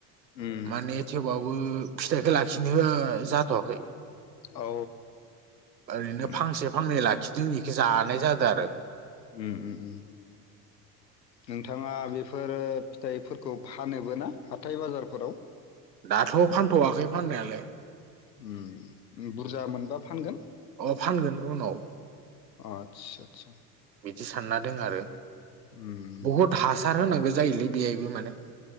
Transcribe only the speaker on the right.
माने थेवबाबबो फिथाइखौ लाखिनो ओ जाथ'वाखै
ओरैनो
फांसे फांनै लाखिदों जानाय जादों आरो
दाथ' फानथ'वाखै फाननायालाय।
अ फानगोन उनाव।
दि सानना दं आरो
बहुत हासार होनांगौ जायोलै बेबो माने।